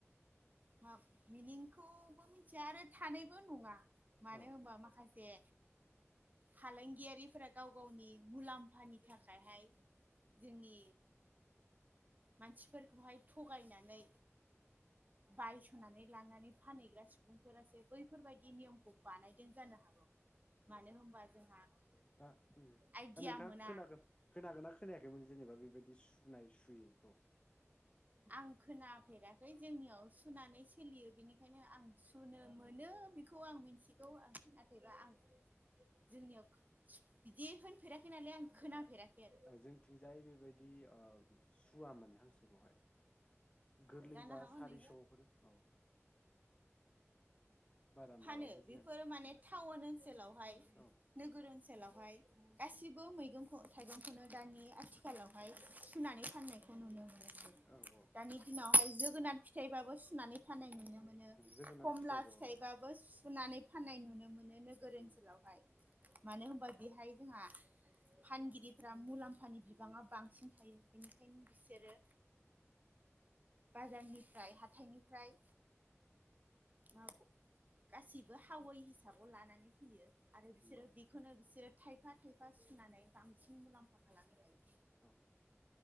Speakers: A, on the right; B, on the left.
A: मा मिनिंखौबो मिथिया आरो थानायबो नङा मानो
B: औ
A: होनबा माखासे दे फालांगियारिफोरा गाव गावनि मुलाम्फानि थाखायहाय जोंनि मानसिफोरखौहाय थगायनानै बायस'नानै लानानै फानहैग्रा सुबुंफोरासो बैफोरबायदि नियमखौ बानायदों जानो हागौ <inaudible> <inaudible>
B: दा ओम
A: आइडिया
B: नोंथाङा
A: मोना
B: खोनागोनना खोनायाखैमोन जेनेबा बेबायदि सुनाय सुयैखौ
A: आं खोनाफेराखै जोंनियाव सुनानै सोलियो बेनिखायनो आं सुनो मोनो बेखौ आं मिथिगौ नाथायबा आं जोंनियाव बिदि होनफेराखै नालाय आं खोनाफेराखै आरो
B: जोंथिंजाय बेबायदि ओ सुवा माने हांसोखौहाय गोरलैबा
A: जानो हागौ
B: सारिस'
A: नै
B: हरो औ बारा
A: फानो
B: माबाबो जायानो
A: बेफोरो माने टाउन ओनसोलावहाय
B: औ
A: नोगोर ओनसोलआव गासिबो मैगंखौ थाइगंखौनो दानि आथिखालावहाय सुनानै फाननायखौ नुनो मोनो
B: औ औ
A: दानि दिनावहाय जोगोनार फिथाइबाबो सुनानै फानाय नुनो मोनो
B: जोगोनार
A: खमला
B: फिथाइखौ
A: फिथाइबाबो
B: औ
A: फुनानै फाननाय नुनो मोनो नोगोर
B: उम
A: ओनसोलावहाय मानो होनबा बेहाय जोंहा फानगिरिफ्रा मुलाम्फानि बिबाङा बांसिन थायो बेनिखायनो बिसोरो बाजारनिफ्राय हाथथायनिफ्राय मा गासिबो हावै हिसाबाव लानानै फैयो आरो बिसोरो
B: नंगौ
A: बिखौनो बिसोर थायफा थायफा सुनानै बांसिन मुलाम्फा खालाम जायो
B: औ